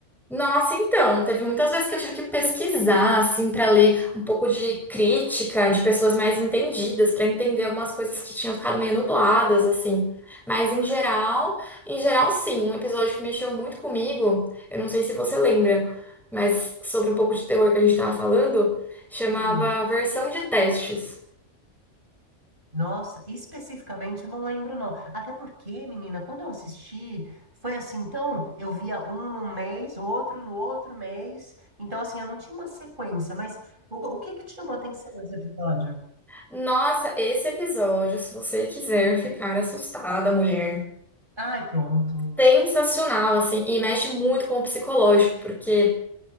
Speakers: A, in the centre; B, on the right (about 40°).
A: Nossa, então, teve muitas vezes que eu tive que pesquisar, assim, para ler um pouco de crítica de pessoas mais entendidas, para entender algumas coisas que tinham ficado meio nubladas, assim. Mas em geral, em geral, sim, um episódio que mexeu muito comigo, eu não sei se você lembra, mas sobre um pouco de terror que a gente estava falando, chamava
B: Hum,
A: Versão de Testes.
B: nossa, especificamente eu não lembro não. Até porque, menina, quando eu assisti, foi assim, então eu via um num mês, outro no outro mês. Então assim, eu não tinha uma sequência, mas o, o que que te chamou a atenção nesse episódio?
A: Nossa, esse episódio, se você quiser ficar assustada, mulher,
B: Ai, pronto.
A: sensacional, assim, e mexe muito com o psicológico, porque.